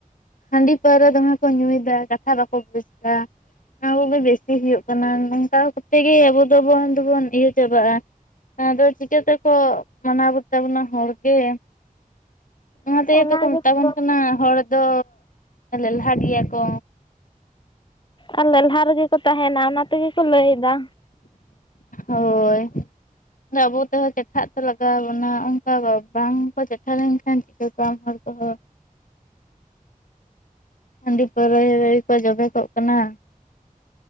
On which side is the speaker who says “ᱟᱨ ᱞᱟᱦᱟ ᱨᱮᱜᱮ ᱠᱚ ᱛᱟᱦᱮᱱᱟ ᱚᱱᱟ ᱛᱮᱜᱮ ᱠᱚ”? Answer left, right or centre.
Left